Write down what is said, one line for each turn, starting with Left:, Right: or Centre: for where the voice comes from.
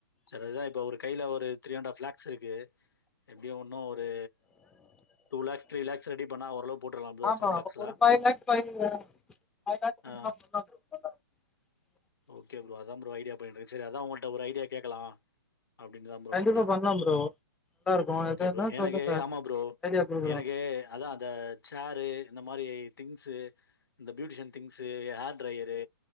Left: சரி அத்தான் இப்ப ஒரு கையில ஒரு த்ரீ அண்ட்ப் ஆப் லேக்ஸ் இருக்கு க்கு எப்படியோ ஒன்னும் ஒரு two lakhs three lakhs ready பண்ணா ஓரளவு போட்டுரலாம் ப்ரோ
Centre: ஆமா
Left: செவன் லேக்ஸ்ல
Centre: <unintelligible>
Left: ஆ ஓகே ப்ரோ அத ஐடியா பண்ண சரி அதான் உங்ககிட்ட ஒரு ஐடியா கேட்கலாம் அப்டின்னு தான் ப்ரோ
Centre: கண்டிப்பா
Left: பண்ணேன்
Centre: பண்லா ப்ரோ நல்லா
Left: ஆ
Centre: இருக்கு
Left: ஓகே
Centre: எதுன்னா
Left: ப்ரோ எனக்கு
Centre: சொல்லுங்க
Left: ஆமாம் ப்ரோ
Centre: ஐடியா குடுக்குறோ
Left: எனக்கு அதான் அந்த சேரு இந்த மாரி திங்ஸ் இந்த பியூட்டிஷியன் திங்ஸ்வு ஹேர் டிரையரு